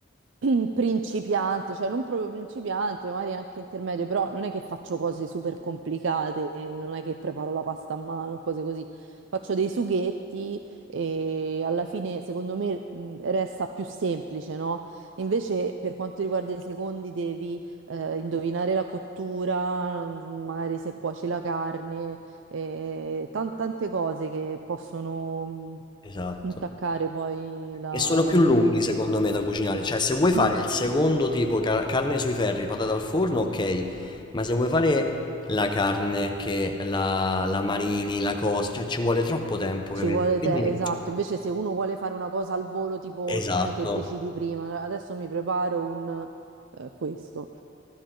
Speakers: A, on the right (about 65°); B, on the left (about 20°).
A: <clears throat> principiante, cioè non proprio principiante, magari anche intermedio, però non è che faccio cose super complicate, eh, non è che preparo la pasta a mano, cose così. Faccio dei sughetti e alla fine secondo me mh, resta più semplice, no? Invece, per quanto riguarda i secondi, devi eh, indovinare la cottura, mm, magari se cuoci la carne, eh, tan- tante cose che possono mm,
B: Esatto.
A: intaccare poi la,
B: E sono
A: la
B: più
A: cena.
B: lunghi
A: Quindi
B: secondo me da cucinare,
A: <clears throat>
B: cioè se vuoi fare
A: Mm.
B: il secondo tipo, ca- carne sui ferri, patate al forno, ok, ma se vuoi fare la carne che la, la marini, la cosa, cioè ci vuole troppo tempo,
A: ci
B: capito?
A: vuole
B: Quindi,
A: te, esatto. Invece, se uno vuole fare una cosa al volo, tipo,
B: esatto,
A: non è che decidi prima, adesso mi preparo un eh, questo.